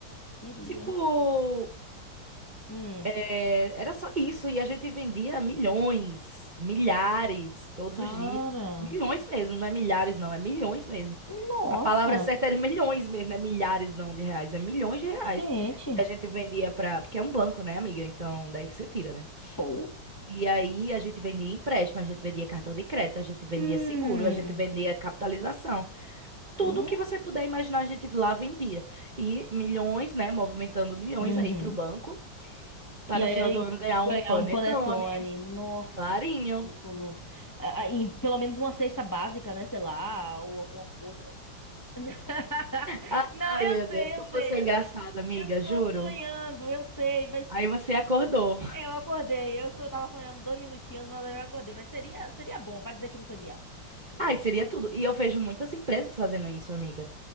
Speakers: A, on the left; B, on the right.
A: queria.
B: tipo,
A: Hum.
B: É, era só isso, e a gente vendia milhões, milhares, todos
A: Cara.
B: os dias. Milhões mesmo, não é milhares, não, é milhões mesmo.
A: Nossa.
B: A palavra certa era milhões mesmo, não é milhares não de reais, é milhões de reais.
A: Gente.
B: que a gente vendia pra. Porque é um banco, né, amiga? Então daí você tira, né?
A: Pô.
B: E aí a gente vendia empréstimo, a gente vendia cartão de crédito, a gente vendia
A: Hum.
B: seguro, a gente vendia capitalização. Tudo
A: Hum.
B: que você puder imaginar, a gente lá vendia. E milhões, né? Movimentando milhões
A: Uhum.
B: aí pro banco. Pra
A: E
B: no
A: aí
B: final do ano ganhar um
A: ganhar
B: panetone,
A: um panetone. Nossa,
B: clarinho.
A: que ridículo. Ah, ah, e pelo menos uma cesta básica, né? Sei lá, ou alguma outra. <laughs>
B: Ah,
A: Não,
B: ai,
A: eu
B: meu
A: sei,
B: Deus, como
A: eu sei.
B: você é
A: Eu
B: engraçada, amiga,
A: eu
B: juro.
A: tô sonhando, eu sei, mas
B: Aí você acordou.
A: É, Eu acordei, eu só tava sonhando dois minutinhos, mas aí eu acordei. Mas seria, seria bom, vai dizer que não seria. Hum,
B: Ai, seria tudo. E eu vejo muitas empresas fazendo isso, amiga.